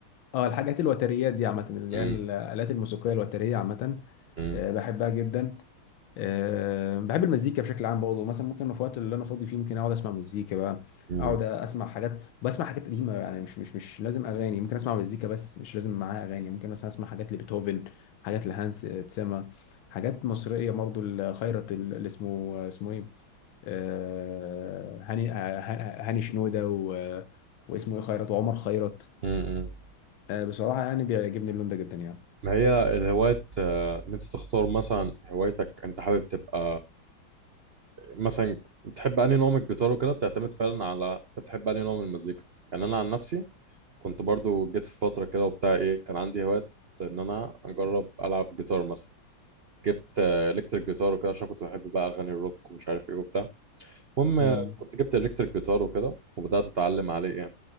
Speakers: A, on the left; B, on the right.
A: اه الحاجات الوتريات دي عامه اللي
B: مم.
A: هي الالات الموسيقيه الوتريه عامه
B: مم.
A: آه بحبها جدا آه بحب المزيكا بشكل عام برضه مثلا ممكن في الوقت اللي انا فاضي فيه ممكن اقعد اسمع مزيكا بقى
B: مم.
A: اقعد اسمع حاجات بسمع حاجات قديمه يعني مش مش مش لازم اغاني ممكن اسمع مزيكا بس مش لازم معاها اغاني ممكن مثلا اسمع حاجات لبيتهوفن حاجات لهانس تسما حاجات مصريه برضه الخيرت اللي اسمه آه، اسمه ايه آه، هاني آه، هاني شنودة و... واسمه ايه خيرت وعمر خيرت
B: مم.
A: آه، بصراحة يعني بيعجبني اللون ده جدا يعني
B: ما هي الهوايات آه، ان انت تختار مثلا هوايتك انت حابب تبقى مثلا بتحب انهي نوع من الجيتار وكده بتعتمد فعلا على انت بتحب انهي نوع من المزيكا يعني انا عن نفسي كنت برضو جيت في فترة كده وبتاع ايه كان عندي هوايات ان انا اجرب العب جيتار مثلا جبت الكتريك جيتار وكده عشان كنت بحب بقى اغاني الروك ومش عارف ايه وبتاع المهم آه،
A: امم
B: كنت جبت الكتريك جيتار وكده وبدات اتعلم عليه يعني